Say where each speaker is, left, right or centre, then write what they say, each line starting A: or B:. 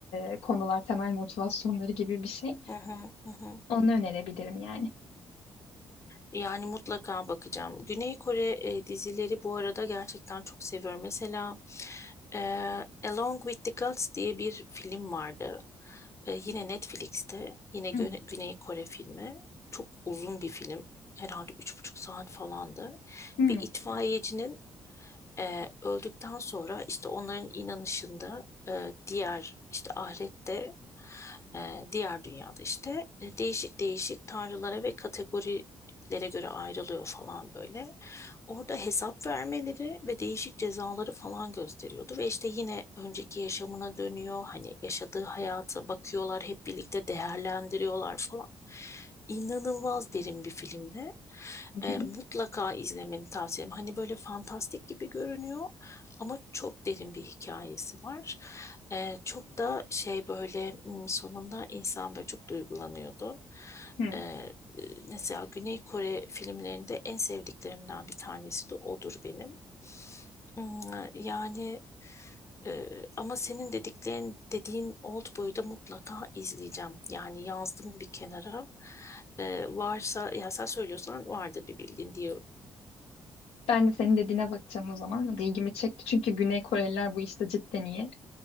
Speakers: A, on the left; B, on the left.
A: e, konular, temel motivasyonları gibi bir şey.
B: hı hı, hı hı.
A: Onu önerebilirim yani.
B: Yani mutlaka bakacağım. Güney Kore e, dizileri bu arada gerçekten çok seviyorum. Mesela e, Along with the Gods diye bir film vardı. E, yine Netflix'te. Yine Gö-
A: Hmm.
B: Güney Kore filmi. Çok uzun bir film. Herhalde üç buçuk saat falandı.
A: Hmm.
B: Bir itfaiyecinin Ee, öldükten sonra işte onların inanışında e, diğer işte ahirette e, diğer dünyada işte e, değişik değişik tanrılara ve kategorilere göre ayrılıyor falan böyle. Orada hesap vermeleri ve değişik cezaları falan gösteriyordu ve işte yine önceki yaşamına dönüyor. Hani yaşadığı hayata bakıyorlar, hep birlikte değerlendiriyorlar falan. İnanılmaz derin bir filmdi.
A: Hı
B: E,
A: hı.
B: mutlaka izlemeni tavsiye ederim. Hani böyle fantastik gibi görünüyor ama çok derin bir hikayesi var. E, çok da şey böyle m, sonunda insan böyle çok duygulanıyordu.
A: Hı.
B: E, e, mesela Güney Kore filmlerinde en sevdiklerimden bir tanesi de odur benim. Hmm, Yani ee, ama senin dediklerin dediğin Oldboy'u da mutlaka izleyeceğim. Yani yazdım bir kenara. Ee, varsa ya sen söylüyorsan vardır bir bildiğin diyor.
A: Ben de senin dediğine bakacağım o zaman. İlgimi çekti çünkü Güney Koreliler bu işte cidden iyi.